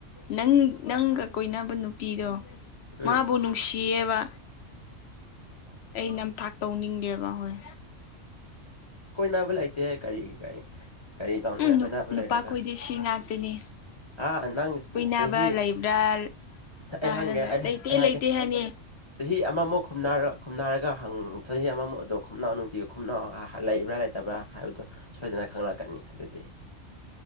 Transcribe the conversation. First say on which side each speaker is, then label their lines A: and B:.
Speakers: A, on the left; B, on the left.
A: ꯅꯪ ꯅꯪꯒ ꯀꯣꯏꯅꯕ ꯅꯨꯄꯤꯗꯣ
B: ꯎꯝ
A: ꯃꯥꯕꯨ ꯅꯨꯡꯁꯤꯌꯦꯕ ꯑꯩ ꯅꯝꯊꯥꯛ ꯇꯧꯅꯤꯡꯗꯦꯕ ꯍꯣꯏ
B: ꯀꯣꯏꯅꯥꯕꯨ ꯂꯩꯥꯏꯇꯦ ꯀꯔꯤ ꯀꯥꯏ ꯀꯔꯤ ꯇꯧꯅꯤ
A: ꯎꯝ
B: ꯑꯩꯈꯣꯏ ꯅꯥꯄ
A: ꯅꯨꯄꯥꯈꯣꯏꯗꯤ
B: ꯂꯩꯔꯒ
A: ꯁꯤ ꯉꯥꯛꯇꯅꯤ
B: ꯍꯥꯥ ꯅꯪ
A: ꯀꯣꯏꯅꯕ
B: ꯆꯍꯤꯍꯤꯌꯦ
A: ꯂꯩꯕ꯭ꯔꯥ
B: ꯑꯩꯍꯪꯒꯦ
A: ꯍꯥꯏꯔꯒ
B: ꯑꯩꯍ
A: ꯂꯩꯇꯦ
B: ꯑꯩꯍꯥꯛꯒꯦ
A: ꯂꯩꯇꯦ ꯍꯥꯏꯅꯤ
B: ꯆꯍꯤ ꯑꯃꯃꯨꯛ ꯈꯔ ꯈꯨꯝꯅꯔꯒ ꯍꯪ ꯆꯍꯤ ꯑꯃꯃꯨꯛ ꯑꯗꯨꯝ ꯈꯨꯝꯅꯥꯎ ꯅꯨꯡꯄꯤ ꯈꯨꯝꯅꯥꯎ ꯂꯩꯕ꯭ꯔꯥ ꯂꯩꯇꯕ꯭ꯔꯥ ꯍꯥꯏꯕꯗꯣ ꯁꯣꯏꯗꯅ ꯈꯪꯂꯛꯀꯅꯤ ꯑꯗꯨꯗꯤ